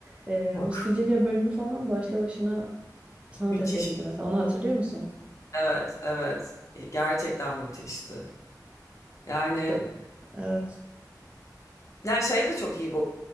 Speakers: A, on the right; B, on the left.
A: Ee,
B: <laughs> Yok.
A: o Sicilya bölümü falan başlı başına sanat
B: Müthiş.
A: eseriydi mesela. Onu hatırlıyor musun?
B: Evet evet gerçekten müthişti. Yani
A: İşte- evet.
B: Ya şey de çok iyi bu,